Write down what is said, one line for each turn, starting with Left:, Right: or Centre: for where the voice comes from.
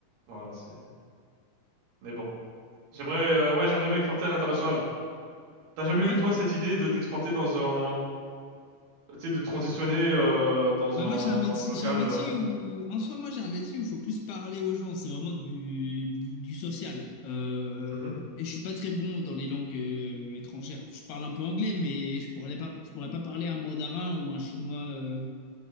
Right: Voilà, c'est. Mais bon. J'aimerais, euh, ouais, j'aimerais m'exporter à l'international. T'as jamais
Left: Ah,
Right: eu,
Left: ouais?
Right: toi, cette idée de t'exporter dans un, tu sais, de transitionner, euh, dans
Left: Bah
Right: un
Left: moi j'ai un métier,
Right: local,
Left: j'ai un métier
Right: euh,
Left: où en soi moi j'ai un métier où il faut plus parler aux gens, c'est vraiment du, du, du social. Euh,
Right: mhm.
Left: et je suis pas très bon dans les langues euh, étrangères. Je parle un peu anglais mais je pourrais pas je pourrais pas parler un mandarin ou un chinois euh,